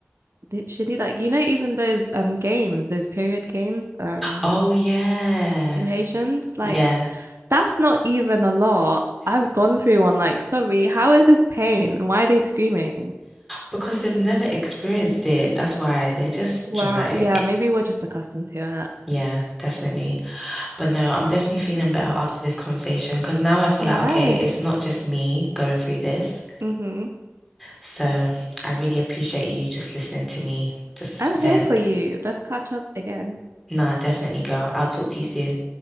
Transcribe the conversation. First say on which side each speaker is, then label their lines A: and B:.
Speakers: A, on the right; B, in the centre.
A: literally, like, you know, even those um games, those period games, um,
B: Oh, yeah.
A: simulations, like,
B: Yeah.
A: that's not even a lot. I've gone through one, like, sorry, how is this pain? And Why are they screaming?
B: Because they've never experienced it. That's why they're just
A: Wow,
B: dramatic.
A: yeah, maybe we're just accustomed to it.
B: Yeah, definitely. But no, I'm definitely feeling better after this conversation because now I feel
A: Nice.
B: like, okay, it's not just me going through this.
A: Mm-hmm.
B: So I really appreciate you just listening to me just
A: I'm
B: vent.
A: here for you. Let's catch up again.
B: Nah, definitely, girl. I'll talk to you soon.